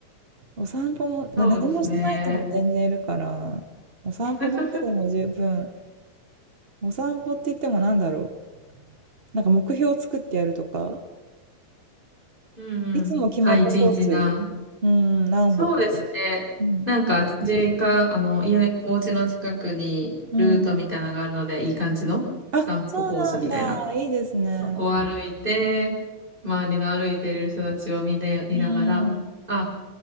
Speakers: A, on the right; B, on the right.
A: お散歩も、な何もしない人も全然いるから、
B: そうですね。
A: お散歩だけでも十分。
B: <laughs>
A: お散歩って言ってもなんだろう。なんか目標を作ってやるとか、
B: うんうん。
A: いつも決まったコース、
B: あ、一日な。
A: うん、何歩とか。
B: そうですね。
A: うん。
B: なんか、実家、あの、家、お家の近くにルートみたいなのがあるので、
A: うん。
B: いい感じの散歩コースみたいな。
A: あ、そうなんだ。いいですね。
B: そこを歩いて、周りの歩いてる人たちを見で、見ながら、
A: うん。
B: あ、